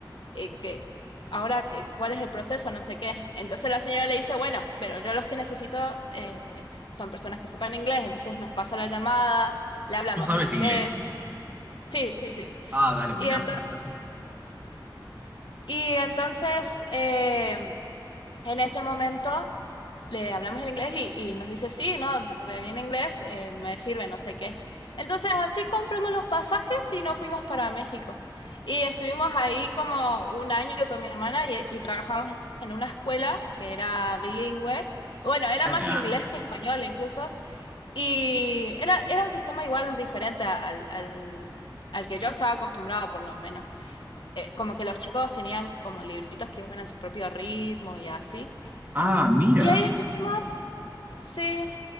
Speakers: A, on the left (about 80°); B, on the right (about 25°).
A: eh, que, ahora, que- ¿cuál es el proceso? No sé qué. Entonces la señora le dice, bueno, pero yo los que necesito eh, son personas que sepan inglés, entonces nos pasa la llamada le hablamos
B: Tú sabes
A: en inglés.
B: inglés.
A: Sí, sí, sí.
B: Ah, dale, buenazo,
A: Y, ento-
B: buenazo.
A: y entonces, eh, en ese momento, le hablamos en inglés y, y nos dice, sí, no, re bien inglés, eh, me sirve, no sé qué. Entonces, así compramos los pasajes y nos fuimos para México. Y estuvimos ahí como un año con mi hermana y, y trabajamos en una escuela que era bilingüe. Bueno, era
B: ¡Hala!
A: más inglés que español incluso. Y era, era un sistema igual diferente al, al, al que yo estaba acostumbrado, por lo menos. Eh, como que los chicos tenían como libritos que iban a su propio ritmo y así.
B: Ah, mira.
A: Y ahí estuvimos,
B: qué
A: sí,